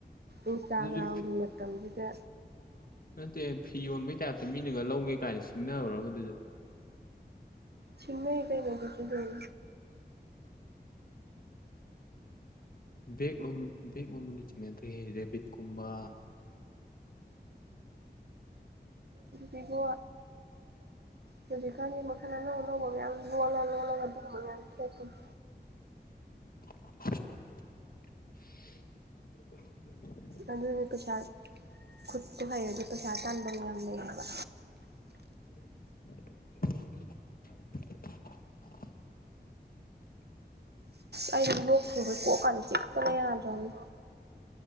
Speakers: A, on the right; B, on the left.
A: ꯏꯟꯁꯇꯥꯒ꯭ꯔꯥꯝꯒꯤ
B: ꯑꯗꯨꯁꯨ
A: ꯃꯇꯝꯁꯤꯗ
B: ꯅꯠꯇꯦ ꯐꯤ ꯌꯣꯟꯕꯩ ꯇꯥꯏꯞꯇ ꯃꯤꯅꯒ ꯂꯧꯒꯦ ꯀꯥꯏꯅ ꯁꯤꯡꯅꯕꯔꯕ ꯑꯗꯨꯁꯨ
A: ꯁꯤꯡꯅꯩ ꯀꯩꯅꯣ ꯗꯨꯁꯨꯗꯨꯝ
B: ꯕꯦꯛ ꯂꯣꯝꯗ ꯕꯦꯛ ꯂꯣꯝꯗꯗꯤ ꯊꯦꯡꯅꯗ꯭ꯔꯤ ꯔꯦꯕꯤꯠꯀꯨꯝꯕ
A: ꯏꯕꯣ ꯍꯧꯖꯤꯛ ꯀꯥꯟꯒꯤ ꯃꯈꯟ ꯑꯅꯧ ꯅꯧꯕ ꯃꯌꯥꯝ ꯂꯣꯂ ꯂꯣꯂ ꯑꯗꯨꯒꯨꯝꯕ ꯃꯌꯥꯝ ꯊꯣꯛꯄꯅꯦ
B: <inaudible>
A: ꯑꯗꯨꯅꯦ ꯄꯩꯁꯥ ꯈꯨꯠꯇꯨ ꯍꯩꯔꯗꯤ ꯄꯩꯁꯥ ꯇꯥꯟꯕꯝ ꯌꯥꯝ ꯂꯩ ꯍꯥꯏꯕ
B: <inaudible>
A: ꯑꯩꯖ ꯂꯣꯛ ꯊꯨꯡꯕꯒꯤ ꯀꯣꯛꯀꯥꯖꯦ ꯆꯤꯛꯄꯅ ꯌꯥꯗꯔꯝꯅꯤ